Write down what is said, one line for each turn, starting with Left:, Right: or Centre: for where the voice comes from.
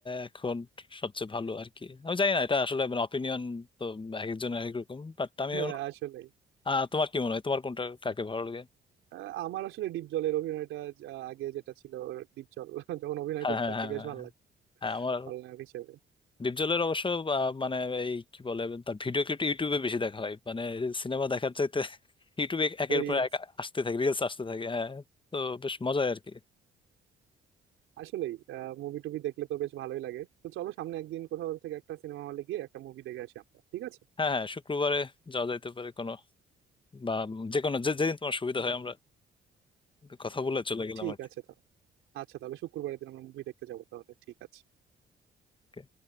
Left: এখন সবচেয়ে ভালো আর কি আমি জানি না এটা আসলে মানে অপিনিয়ন তো এক একজনের এক এক রকম বাট
Right: <laughs>
Left: আমি
Right: হ্যাঁ,
Left: ওন-
Right: আসলেই
Left: আহ, তোমার কি মনে হয় তোমার কোনটা কাকে ভালো লাগে
Right: আহ, আমার আসলে ডিপ জলের অভিনয়টা যা আগে যেটা ছিল ডিপ জল <laughs> যখন অভিনয়
Left: হ্যাঁ
Right: করতো
Left: হ্যাঁ
Right: আর
Left: হ্যাঁ
Right: কি বেশ
Left: হ্যাঁ
Right: ভালো লাগতো
Left: হ্যাঁ, আমার
Right: খলনায়ক হিসেবে
Left: ডিপজলের অবশ্য আহ, মানে এই কি বলে তার ভিডিও ক্লিপটা ইউটিউবে বেশি দেখা হয় মানে সিনেমা দেখার চাইতে <laughs> ইউটিউবে একের
Right: রিলস
Left: পর এক আসতে থাকে রিলস আসতে থাকে হ্যাঁ তো বেশ মজাই আর কি
Right: আসলেই মুভি টুভি দেখলে তো বেশ ভালোই লাগে তো চলো সামনে একদিন কোথাও থেকে একটা সিনেমা হলে গিয়ে একটা মুভি দেখে আসি আমরা ঠিক আছে
Left: হ্যাঁ হ্যাঁ শুক্রবারে যাওয়া যাইতে পারে কোনো বা যে কোনো যে- যেদিন তোমার সুবিধা হয় আমরা কথা বলে চলে গেলাম
Right: ঠিক
Left: আর
Right: আছে তাহলে আচ্ছা তাহলে শুক্রবারের দিন আমরা মুভি দেখতে যাবো তাহলে ঠিক আছে
Left: কি